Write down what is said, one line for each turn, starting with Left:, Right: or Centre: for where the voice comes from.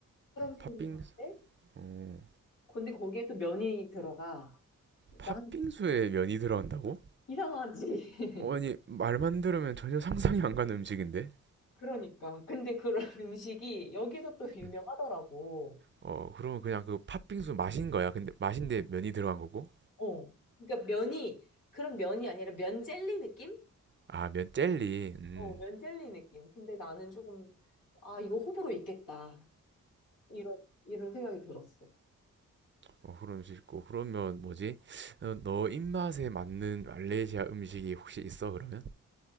Left: 생긴
Right: 팥빙수?
Left: 건데,
Right: 어,
Left: 근데 거기에 또 면이 들어가. 난
Right: 팥빙수에 면이 들어간다고?
Left: 이상하지.
Right: 어, 아니,
Left: <laughs>
Right: 말만 들으면 전혀 상상이 안 가는 음식인데?
Left: 그러니까. 근데 그런 <laughs> 음식이 여기서 또 유명하더라고.
Right: 음. 어, 그러면 그냥 그 팥빙수 맛인 거야? 근데 맛인데 면이 들어간 거고?
Left: 어, 그러니까 면이 그런 면이 아니라 면 젤리 느낌?
Right: 아, 면 젤리. 음.
Left: 어, 면젤리 느낌. 근데 나는 조금, 아, 이거 호불호 있겠다. 이런, 이런 생각이 들었어.
Right: 어, 그런 음식 있고. 그러면 뭐지? 어, 너 입맛에 맞는 말레이시아 음식이 혹시 있어, 그러면?